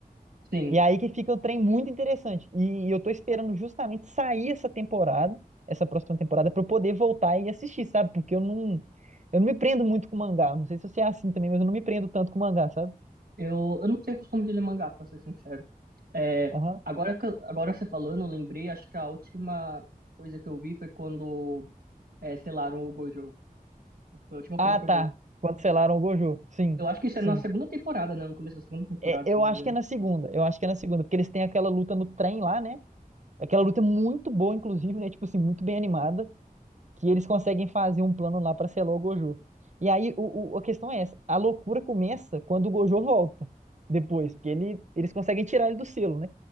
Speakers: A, on the right (about 80°); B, on the right (about 50°).
A: Sim,
B: E aí que fica o trem muito interessante. E eu tô esperando justamente sair essa temporada, essa próxima temporada, pra eu poder voltar e assistir, sabe? Porque eu não, eu não me prendo muito com mangá. Não sei se você é assim também, mas eu não me prendo tanto com mangá, sabe?
A: eu, eu não tenho costume de ler mangá, pra ser sincero. É,
B: Aham.
A: agora, que eu- agora você falando, eu lembrei, acho que a última coisa que eu vi foi quando é, selaram o Gojo. Foi a última
B: Ah,
A: coisa que eu
B: tá.
A: vi.
B: Cancelaram o Gojo. Sim,
A: Eu acho que isso
B: sim.
A: é na segunda temporada, né? No começo da segunda temporada,
B: É,
A: se
B: eu
A: não
B: acho
A: me engano.
B: que é na segunda. Eu acho que é na segunda, porque eles têm aquela luta no trem lá, né? Aquela luta é muito boa, inclusive, né? Tipo assim, muito bem animada. que eles conseguem fazer um plano lá pra selar o Gojo. E aí o, o- a questão é essa, a loucura começa quando o Gojo volta depois, porque ele, eles conseguem tirar ele do selo, né?